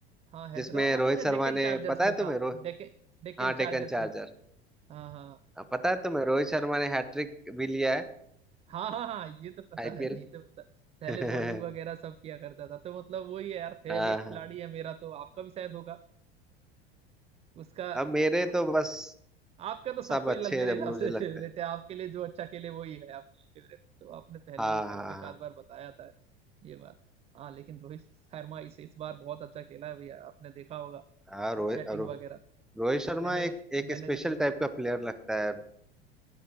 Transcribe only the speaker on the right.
हाँ हैदराबाद
या डेक्कन
चार्जर्स
में
था
डेक्कन डेक्कन
चार्जर्स
में हाँ हाँ
हाँ हाँ हाँ ये तो पता
है ये तो पता है। पहले
बॉलिंग वगैरह सब किया करता था तो मतलब वही है यार फेवरेट
खिलाड़ी है मेरा तो आपका भी शायद होगा उसका
आ-
आपका तो सबको
ही लल- मेरे
हिसाब
से
फेवरेट
है आपके लिए जो अच्छा खेले वही है आपके लिए फेवरेट तो आपने पहले
भी मेरे
को
एक आध बार बताया था ये बात हाँ लेकिन रोहित शर्मा इस इस बार बहुत अच्छा खेला है भैया आपने देखा होगा
बैटिंग
वगैरह
मैंने
मैंने
जो सुना